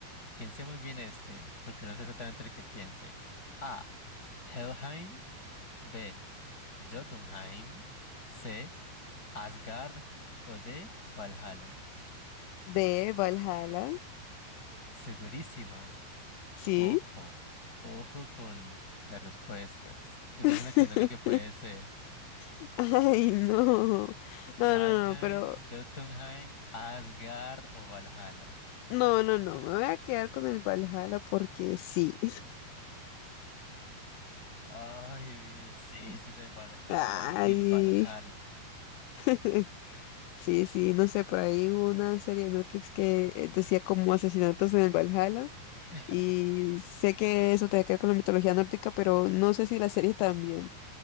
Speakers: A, on the left; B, on the left.
A: Piense muy bien este, porque no sé exactamente lo que piense. A. Helheim. B. Jotunheim. C. Asgard. O D. Valhalla.
B: De Valhalla.
A: Segurísima.
B: Sí.
A: Ojo, ojo con las respuestas. Le estoy
B: <laughs>
A: diciendo que no es lo que puede ser.
B: <laughs> Ay, no. No,
A: Halheim,
B: no, no, pero.
A: Jotunheim, Asgard o Valhalla.
B: No, no, no. Me voy a quedar con el Valhalla porque sí.
A: Ay, sí, ese es el Valhalla,
B: <laughs>
A: Til
B: Ay.
A: Valhalla.
B: <laughs> Sí, sí, no sé, por ahí hubo una serie de Netflix que eh, decía como asesinatos en el Valhalla.
A: <laughs>
B: Y sé que eso tiene que ver con la mitología nórdica, pero no sé si la serie también.